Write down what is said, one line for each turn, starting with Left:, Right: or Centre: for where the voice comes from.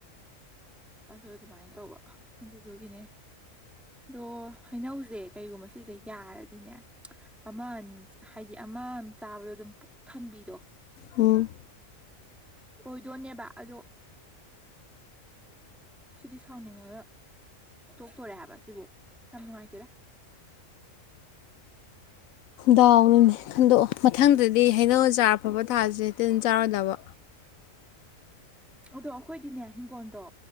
Centre: ꯑꯗꯨ ꯑꯗꯨꯃꯥꯏꯅ ꯇꯧꯕ ꯑꯗꯨꯗꯨꯒꯤꯅꯦ ꯑꯗꯣ ꯍꯩꯅꯧꯁꯦ ꯀꯩꯒꯨꯝꯕ ꯁꯤꯁꯦ ꯌꯥꯔꯗꯤꯅꯦ ꯑꯃ ꯑꯅꯤ ꯍꯥꯏꯗꯤ ꯑꯃ ꯑꯃ ꯆꯥꯕꯗꯣ ꯑꯗꯨꯝ ꯄꯨꯛ ꯊꯟꯕꯤꯗꯣ
Left: ꯍꯨꯝ
Centre: ꯑꯣꯏꯗꯣꯏꯅꯦꯕ ꯑꯗꯣ ꯁꯤꯗꯤ ꯁꯥꯎꯅꯤꯡꯉꯒ ꯇꯣꯛꯇꯣꯔꯦ ꯍꯥꯏꯕ ꯁꯤꯕꯨ ꯌꯥꯝ ꯅꯨꯡꯉꯥꯏꯇꯦꯗ
Left: ꯗꯥꯎꯅꯅꯦ ꯈꯟꯗꯣꯛꯑꯣ ꯃꯊꯪꯗꯗꯤ ꯍꯩꯅꯧꯖꯥꯔ ꯑꯐꯕ ꯊꯥꯁꯦꯦ ꯇ ꯑꯗꯨꯝ ꯆꯥꯔꯣꯏꯗꯕ
Centre: ꯑꯗꯣ ꯑꯩꯈꯣꯏꯗꯤꯅꯦ ꯍꯤꯡꯒꯣꯜꯗꯣ